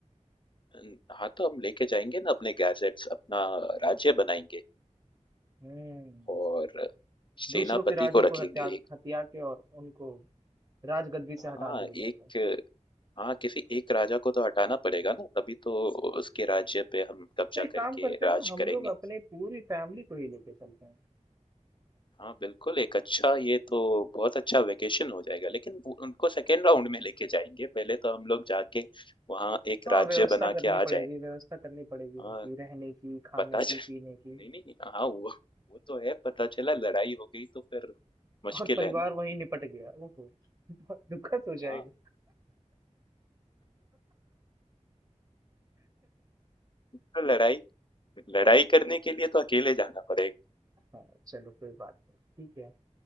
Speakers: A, on the left; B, on the right.
A: अन हाँ, तो हम लेके जाएँगे ना अपने गैजेट्स, अपना राज्य बनाएँगे
B: हम्म
A: और सेनापति
B: दूसरों के राज्यों
A: को
B: को
A: रखेंगे
B: हत्या
A: एक
B: हत्या के और उनको राजगद्दी से हटा
A: हाँ,
B: दिया जाएगा
A: एक हाँ, किसी एक राजा को तो हटाना पड़ेगा ना, तभी तो उसके राज्य पे हम कब्ज़ा
B: तो एक काम
A: करके
B: करते हैं
A: राज
B: ना हम
A: करेंगे।
B: लोग अपने पूरी फैमिली को ही लेके चलते हैं
A: हाँ, बिल्कुल एक अच्छा ये तो बहुत अच्छा वेकेशन हो जाएगा, लेकिन वो उनको सेकंड राउंड में लेके जाएँगे, पहले तो हम लोग जाके वहाँ एक
B: हाँ
A: राज्य
B: व्यवस्था
A: बना
B: करनी
A: के
B: पड़ेगी
A: आ जाएँ।
B: व्यवस्था करनी पड़ेगी
A: हाँ,
B: उनकी रहने की खाने
A: पता
B: की
A: चल <laughs>
B: पीने की
A: नहीं, नहीं हाँ वो वो तो है पता चला लड़ाई हो गई तो फिर मुश्किल
B: और परिवार
A: है ना
B: वहीं निपट गया ओहो बहुत दुखद हो जाएगा
A: हाँ तो लड़ाई लड़ाई करने के लिए तो अकेले जाना पड़ेगा
B: हाँ चलो कोई बात नहीं ठीक है